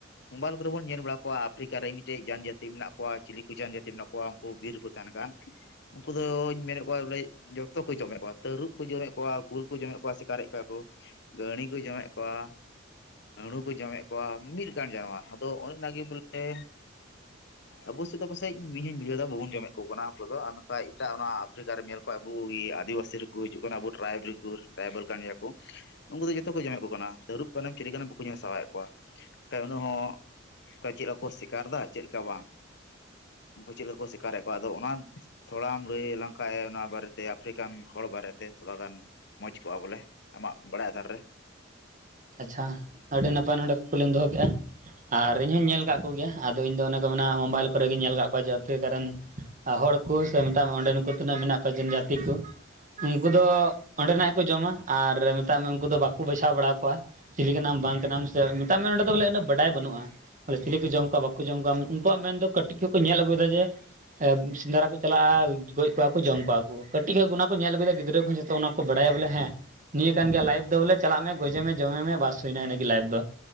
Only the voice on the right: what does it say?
ᱟᱪᱪᱷᱟ ᱟᱹᱰᱤ ᱱᱟᱯᱟᱭ ᱱᱚᱰᱮ ᱠᱩᱴᱞᱤᱢ ᱫᱚᱦᱚ ᱠᱮᱜᱼᱟ᱾ ᱟᱨ ᱤᱧ ᱦᱚᱧ ᱧᱮᱞ ᱠᱟᱫ ᱠᱚ ᱜᱮᱭᱟ ᱟᱫᱚ ᱤᱧᱫᱚ ᱚᱱᱮ ᱠᱚ ᱢᱮᱱᱟ ᱢᱳᱵᱟᱭᱤᱞ ᱠᱚᱨᱮ ᱜᱤᱧ ᱧᱮᱞ ᱠᱟᱫ ᱠᱚᱣᱟ ᱡᱮ ᱟᱯᱨᱤᱠᱟ ᱨᱮᱱᱼᱼ ᱟᱨ ᱦᱚᱲ ᱠᱚ ᱥᱮ ᱢᱮᱛᱟᱜ ᱢᱮ ᱚᱸᱰᱮ ᱛᱤᱱᱟᱹᱜ ᱢᱮᱱᱟᱜ ᱠᱚᱣᱟ ᱡᱤᱱ ᱡᱟᱹᱛᱤ ᱠᱚᱼᱼ ᱩᱱᱠᱩ ᱫᱚ ᱚᱸᱰᱮᱱᱟᱜ ᱜᱮ ᱠᱚ ᱡᱚᱢᱟ ᱟᱨ ᱢᱮᱛᱟᱜ ᱢᱮ ᱩᱱᱠᱩ ᱫᱚ ᱵᱟᱠᱚ ᱵᱟᱪᱷᱟᱣ ᱵᱟᱲᱟ ᱠᱚᱣᱟ᱾ ᱪᱤᱞᱤ ᱠᱟᱱᱟᱢ ᱵᱟᱝ ᱠᱟᱱᱟᱢ ᱥᱮ ᱢᱮᱛᱟᱜ ᱢᱮ ᱱᱚᱰᱮ ᱫᱚ ᱵᱚᱞᱮ ᱩᱱᱟᱹᱜ ᱵᱟᱰᱟᱭ ᱵᱟᱹᱱᱩᱜᱼᱟ᱾ ᱪᱤᱞᱤ ᱠᱚ ᱡᱚᱢ ᱠᱚᱣᱟ ᱵᱟᱠᱚ ᱡᱚᱢ ᱠᱚᱣᱟ ᱩᱱᱠᱩᱣᱟᱜ ᱢᱮᱱᱫᱚ ᱠᱟᱹᱴᱤᱡ ᱠᱷᱚᱡ ᱠᱚ ᱧᱮᱞ ᱟᱹᱜᱩᱭᱮᱫᱟ ᱡᱮᱼᱼ ᱥᱮᱸᱫᱽᱨᱟ ᱠᱚ ᱪᱟᱞᱟᱜᱼᱟ, ᱜᱚᱡ ᱠᱚᱣᱟ ᱠᱚ ᱡᱚᱢ ᱠᱚᱣᱟ ᱠᱚ ᱠᱟᱹᱴᱤᱡ ᱠᱷᱚᱡ ᱜᱮ ᱚᱱᱟ ᱼᱼ ᱠᱚ ᱧᱮᱞ ᱟᱹᱜᱩᱭᱮᱫᱟ ᱜᱤᱫᱽᱨᱟᱹ ᱠᱚ ᱡᱚᱛᱚ ᱚᱱᱟ ᱠᱚ ᱵᱟᱲᱟᱭᱟ ᱵᱚᱞᱮ ᱦᱮᱸ ᱱᱤᱭᱟᱹ ᱠᱟᱱ ᱜᱮᱭᱟ ᱞᱟᱭᱤᱯ ᱫᱚ ᱵᱚᱞᱮ ᱪᱟᱞᱟᱜ ᱢᱮ ᱜᱚᱡᱮ ᱢᱮᱼᱼ ᱡᱚᱢᱮ ᱢᱮ ᱵᱟᱥ ᱦᱩᱭᱮᱱᱟ ᱤᱱᱟᱹ ᱜᱮ ᱞᱟᱭᱤᱯ ᱫᱚ᱾